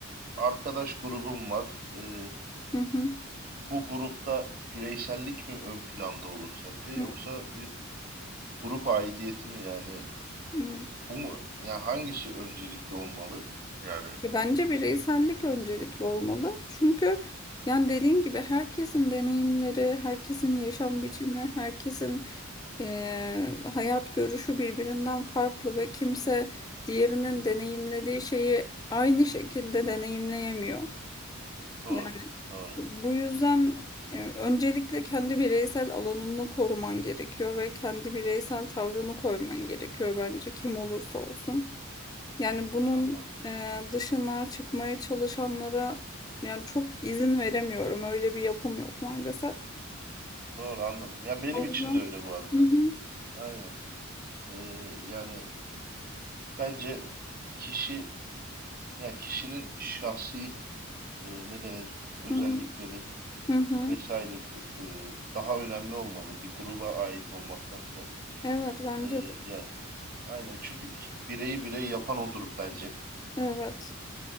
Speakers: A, on the right; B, on the left.
A: arkadaş grubum var. Ee,
B: hı hı,
A: bu grupta bireysellik mi ön planda olur sence, yoksa
B: hı
A: bir grup aidiyeti mi yani
B: hı.
A: bu mu? Yani hangisi öncelikli olmalı? Yani
B: Ya Bence bireysellik öncelikli olmalı. Çünkü yani dediğin gibi herkesin deneyimleri, herkesin yaşam
A: evet,
B: biçimi, herkesin eee, hayat görüşü birbirinden farklı ve kimse diğerinin deneyimlediği şeyi aynı şekilde deneyimleyemiyor.
A: doğru,
B: Yani
A: doğru.
B: bu yüzden e, öncelikle kendi bireysel alanını koruman gerekiyor ve kendi bireysel tavrını koyman gerekiyor bence kim olursa olsun. Yani bunun
A: Anladım.
B: e, dışına çıkmaya çalışanlara yani çok izin veremiyorum. Öyle bir yapım yok maalesef.
A: Doğru anladım. Ya benim
B: O yüzden
A: için de öyle bu arada.
B: hı hı
A: Aynen. Ee, yani bence kişi ya kişinin şahsi e, ne denir özellikleri
B: hı hı. Hı hı.
A: vesairesi e, daha önemli olmalı bir gruba ait olmaktansa.
B: Evet bence
A: E,
B: de.
A: yani aynen çünkü ki- bireyi birey yapan odur bence.
B: Evet.